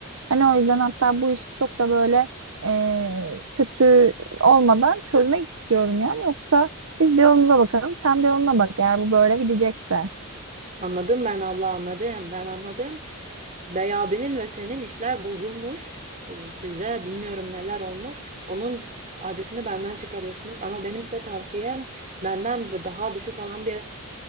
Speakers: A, on the right; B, on the right.
A: Hani o yüzden hatta bu işi çok da böyle e, kötü olmadan çözmek istiyorum yani yoksa biz de yolumuza bakalım sen de yoluna bak eğer bu böyle gidecekse.
B: Anladım ben abla anladım. Ben anladım. Bey abinin ve senin işler bozulmuş. E, size bilmiyorum neler olmuş. Onun acısını benden çıkarıyorsunuz ama benim size tavsiyem benden daha düşük alan bir